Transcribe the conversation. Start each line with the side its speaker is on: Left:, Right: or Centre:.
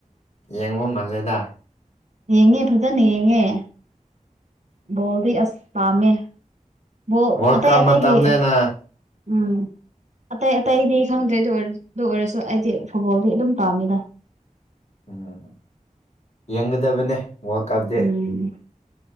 Left: ꯌꯦꯡꯕ ꯃꯥꯟꯖꯩꯗ
Right: ꯌꯦꯡꯉꯦ ꯐꯖꯅ ꯌꯦꯡꯉꯦ ꯕꯣꯜꯗꯤ ꯑꯁ ꯄꯥꯝꯃꯦꯕ
Left: ꯋꯥꯔꯜ
Right: ꯑꯇꯩ
Left: ꯀꯞ
Right: ꯑꯇꯩꯒꯤ
Left: ꯃꯇꯝꯅꯤꯅ
Right: ꯎꯝ ꯑꯇꯩ ꯑꯇꯩꯗꯤ ꯈꯪꯗ꯭ꯔꯦ ꯑꯗꯨ ꯑꯗꯨ ꯑꯣꯏꯔꯁꯨ ꯑꯩꯗꯤ ꯐꯨꯠꯕꯣꯜꯗꯤ ꯑꯗꯨꯝ ꯄꯥꯝꯃꯤꯗ
Left: ꯎꯝ ꯌꯦꯡꯒꯗꯕꯅꯦ ꯋꯥꯔꯜ ꯀꯞꯇꯤ
Right: ꯎꯝ